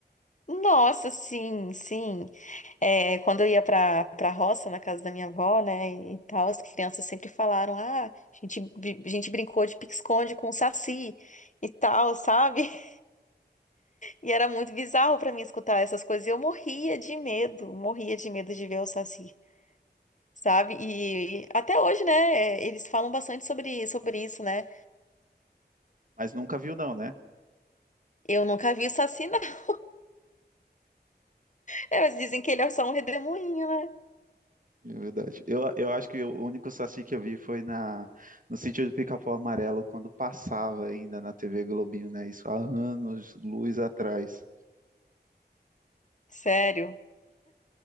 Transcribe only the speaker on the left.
Nossa, sim, sim. É, quando eu ia pra, pra roça, na casa da minha avó, né, e tal, as crianças sempre falaram: ah, a gente, bri- a gente brincou de pique-esconde com o saci e tal, sabe? <laughs> E era muito bizarro pra mim escutar essas coisas. E eu morria de medo, morria de medo de ver o saci. sabe? E até hoje, né, é, eles falam bastante sobre, sobre isso, né?
Eu nunca vi o Saci, não. <laughs> É, mas dizem que ele é só um redemoinho, né?
Sério.